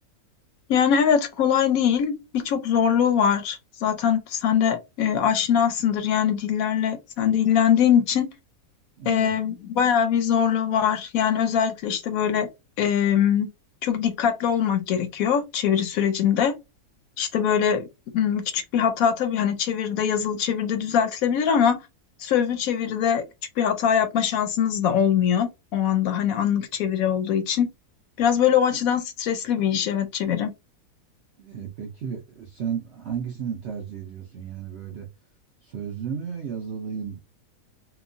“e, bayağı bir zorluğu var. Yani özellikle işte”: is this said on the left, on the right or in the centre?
Left